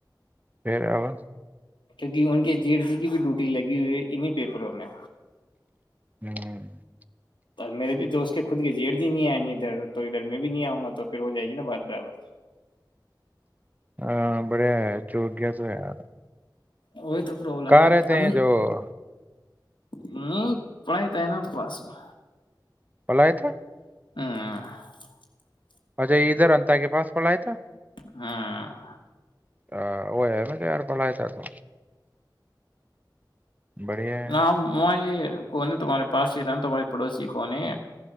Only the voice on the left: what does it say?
کیونکہ ان کے جی ایڈ سی کی بھی ڈیوٹی لگی ہوئی ہے انیں پیپروں میں
میرے بھی تو اس کے خود کی جییر ج ہی نہیں آئیں گی ادھر تو ادھر میں بھی نہیں آؤں گا تو پھر ہو جائے گی نا بار برابر
وہی تو پرابلم
ہے نا
اب
نہیں پڑھائی تو ہے نا تو پاس میں
ہ <unintelligible>
ہاں <unintelligible>
نہ م میں <unintelligible> کون تمہارے پاس ہی رہ تمہارے پڑوسی کون ہے